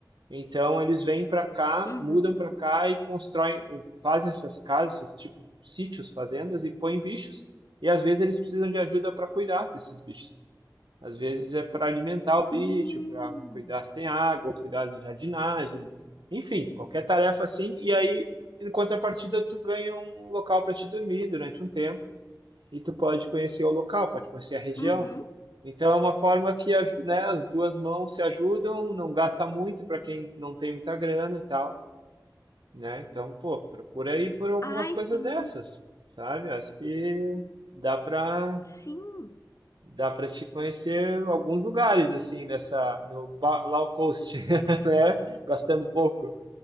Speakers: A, on the right; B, on the left.
A: Então eles vêm para cá,
B: uhum.
A: mudam para cá e constroem, fazem essas casas, esses tipo sítios, fazendas e põem bichos. E às vezes eles precisam de ajuda para cuidar desses bichos. Às vezes é para alimentar o bicho,
B: Hum,
A: para cuidar se tem água, cuidar de jardinagem, enfim, qualquer tarefa assim. E aí, em contrapartida, tu ganha um local para te dormir durante um tempo e tu pode conhecer o local, pode conhecer a região.
B: uhum.
A: Então é uma forma que, aju- né, as duas mãos se ajudam, não gasta muito para quem não tem muita grana e tal, né? Então, pô, procura aí por algumas
B: Ai,
A: coisas
B: sim.
A: dessas, sabe? Acho que dá para
B: Sim.
A: dá para te conhecer alguns lugares assim nessa no ba- low cost, <laughs> né? Gastando pouco.